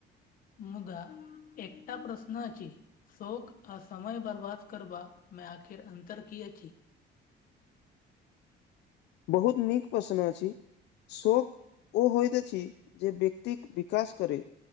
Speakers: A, on the left; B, on the left.
A: मुदा एकटा प्रश्न अछि। शौक आ समय बर्बाद करबामे आखिर अन्तर की अछि।
B: बहुत नीक पसन अछि। शौक ओ होइत अछि जे व्यक्तिक विकास करै।